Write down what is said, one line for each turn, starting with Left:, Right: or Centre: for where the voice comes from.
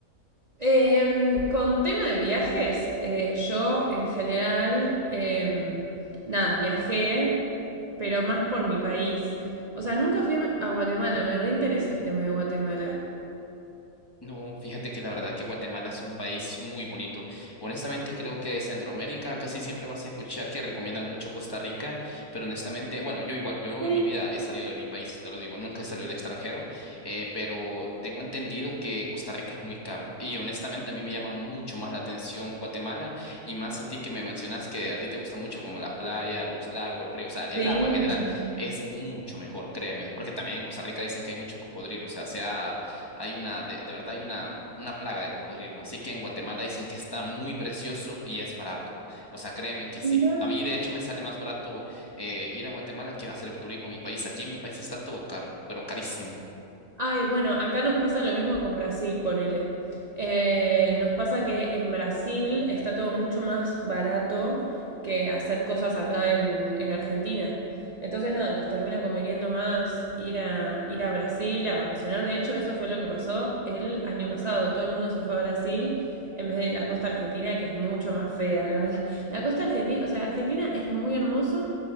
Right: Em, con tema de viajes, eh, yo en general, em, nada, viajé, pero más por mi país. O sea, nunca fui a a Guatemala, me reinteresa el tema de Guatemala.
Left: No, fíjate que la verdad que Guatemala es un país muy bonito. Honestamente, creo que de Centroamérica casi siempre vas a escuchar que recomiendan mucho Costa Rica, pero honestamente, bueno, yo igual, yo
Right: Sí.
Left: en mi vida he salido de mi país, te lo digo, nunca he salido al extranjero, eh, pero tengo entendido que Costa Rica es muy caro y honestamente a mí me llama mucho más la atención Guatemala y más a ti que me mencionas que a ti te gusta mucho como la playa, los lagos, los ríos, o sea, el
Right: Sí.
Left: agua en general es mucho mejor, créeme, porque también en Costa Rica dicen que hay mucho cocodrilo, o sea, sea hay una, de, de verdad hay una, una plaga de cocodrilo. Así que en Guatemala dicen que está muy precioso y es barato. O sea, créeme que sí.
Right: Mira.
Left: A mí, de hecho, me sale más barato eh, ir a Guatemala que hacer turismo a mi país. Aquí en mi país está todo caro, pero carísimo.
Right: Ay, bueno, acá nos pasa lo mismo con Brasil, ponele. Eh, nos pasa que en Brasil está todo mucho más barato que hacer cosas acá en, en Argentina. Entonces, nada, nos termina conveniendo más ir a, ir a Brasil a vacacionar. De hecho, eso fue lo que pasó el año pasado. Todo el mundo se fue a Brasil en vez de la costa argentina, que es mucho más fea, la verdad. <laughs> La costa argentina, o sea, Argentina es muy hermoso,